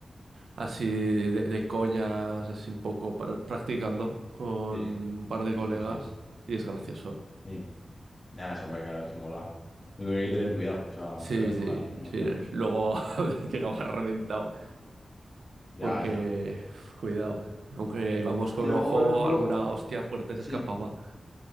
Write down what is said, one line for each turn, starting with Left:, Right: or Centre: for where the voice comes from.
Right: así de, de coñas, así un poco pra- practicando con
Left: Sí,
Right: un par de
Left: sí,
Right: colegas
Left: sí, sí.
Right: y es gracioso.
Left: sí. Nada, eso, hombre, claro, eso mola. Yo creo que hay que tener cuidado, o sea,
Right: Sí,
Left: pero no
Right: sí,
Left: la, li- no liarla.
Right: sí. Luego <laughs> llegaba reventado,
Left: Ya,
Right: porque
Left: ya.
Right: uf, cuidado, aunque íbamos con
Left: Y luego,
Right: ojo,
Left: por ejemplo,
Right: alguna hostia fuerte se
Left: sí,
Right: escapaba.